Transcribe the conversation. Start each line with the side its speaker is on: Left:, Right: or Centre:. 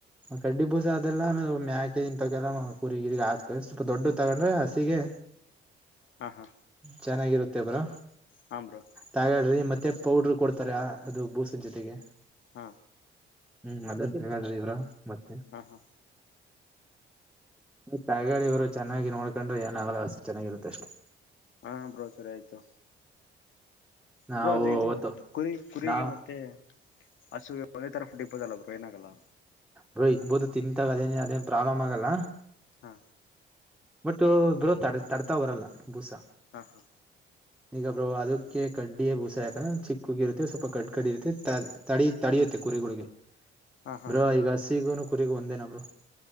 Centre: ಕಡ್ಡಿ ಬೂಸ ಅದೆಲ್ಲ ಆಮೇ ಮ್ಯಾಕೆ ಇನ್ ತಾಗೆಲ್ಲ ಕುರಿ ಗಿರಿಗೆ ಆಕ್ತವೆ ಸ್ವಲ್ಪ ದೊಡ್ಡ ತಗೊಂಡ್ರೆ ಹಸಿಗೆ
Left: ಹಾ ಹಾ
Centre: ಚೆನ್ನಾಗಿರುತ್ತೆ ಬ್ರೊ
Left: ಹಾಂ ಬ್ರೋ
Centre: ತಗಡ್ರಿ ಮತ್ತೆ ಮತ್ತೆ ಪೌಡರು ಕೊಡ್ತಾರೆ ಅದು ಬೂಸದ ಜೊತೆಗೆ.
Left: ಹಾ
Centre: ಹ್ಮ್ ಅದ್ದ ಒಂದು ತಗಳ್ರಿ ಬ್ರೊ ಮತ್ತೆ.
Left: ಹಾ ಹಾ
Centre: ತಗಳಿ ಬ್ರೊ ಚೆನ್ನಾಗಿ ನೋಡ್ಕೊಂಡ್ರೆ ಏನಾಗಲ್ಲ ಹಸು ಚೆನ್ನಾಗಿರುತ್ತೆ ಅಷ್ಟೆ
Left: ಹಾ ಬ್ರೋ ಸರಿ ಆಯ್ತು.
Centre: ನಾವು
Left: ಬ್ರೂ ಅದು ಇದು
Centre: ಅವತ್ತು
Left: ಕುರಿ ಕುರಿಗೆ
Centre: ನಾವು
Left: ಮತ್ತೆ ಹಸುಗೆ ಒಂದೇ ತರ ಫುಡ್ ಇಕ್ಕಬಹುದಲ ಬ್ರೋ ಏನಾಗಲ್ಲಾ
Centre: ಬ್ರೊ ಇಗ್ಬೋದು ತಿಂತಾಗ ಅದೇನ ಅದೇನ್ ಪ್ರಾಬ್ಲಮ್ ಆಗಲ್ಲ.
Left: ಹಾ
Centre: ಬಟ್ ಬ್ರೊ ತ ತಡ್ತಾ ಬರಲ್ಲ ಬೂಸ
Left: ಹಾ ಹಾ
Centre: ಈಗ ಬ್ರೋ ಅದಕ್ಕೆ ಕಡ್ಡಿಯ ಬೂಸ ಯಾಕಂದ್ರೆ ಚಿಕ್ಕಗಿರುತ್ತೆ ಸ್ವಲ್ಪ ಕಡ್ ಕಡ್ಡಿ ಇರುತ್ತೆ ತ ತಡಿಯುತ್ತೆ ಮುಗಿಯುತ್ತೆ ಕುರಿಗಳಿಗೆ
Left: ಹಾ ಹಾ
Centre: ಬ್ರೊ ಈಗ ಹಸಿಗುನು ಕುರಿಗೂ ಒಂದೇನ ಬ್ರೋ